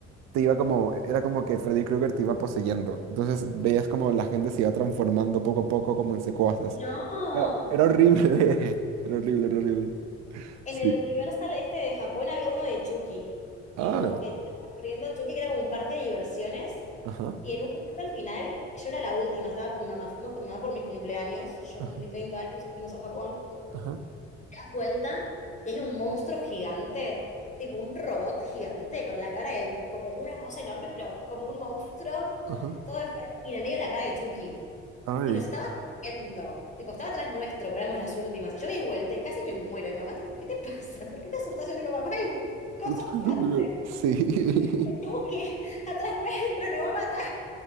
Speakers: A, on the right; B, on the left.
A: te iba como, era como que Freddy Krueger te iba poseyendo. Entonces veías como la gente se iba transformando poco a poco como en secuaces.
B: no.
A: Era, era horrible. <laughs> Era horrible, era horrible.
B: En
A: Sí.
B: el Universal este de Japón había uno de Chucky, y
A: Ah,
B: como que estaba corriendo Chucky, que era como un parque de diversiones,
A: ajá,
B: y en un momento al final, yo era la última, estaba con mamá, fuimos con mamá por mi cumpleaños, yo
A: ajá,
B: cumplí 30 años y fuimos a Japón,
A: ajá,
B: vuelta y hay un monstruo gigante, tipo un robot gigante con la cara de como una cosa enorme, pero como un monstruo,
A: ajá.
B: todo enfermo, y en el medio la cara de Chucky.
A: Ay.
B: Y nos estaba corriendo, tipo, estaba atrás nuestro, porque éramos las últimas. Y yo me di vuelta y casi me muero. Y mi mamá, tipo, ¿qué te pasa? ¿Por qué te asustas? Yo, tipo, mamá, hay un coso
A: <laughs>
B: gigante.
A: Sí.
B: <laughs> Chucky,
A: <laughs>
B: atrás nuestro, nos va a matar.